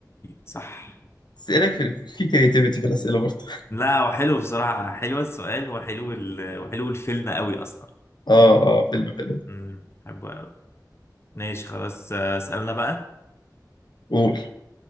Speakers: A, on the left; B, on the left.
A: صح
B: بس ايه رايك في في كرياتيفيتي في الاسئله برضه
A: لا هو حلو بصراحة حلو السؤال وحلو ال... وحلو الفيلم قوي أصلا
B: <laughs> اه اه فيلم حلو
A: امم بحبه قوي ماشي خلاص آه، اسألنا بقى
B: قول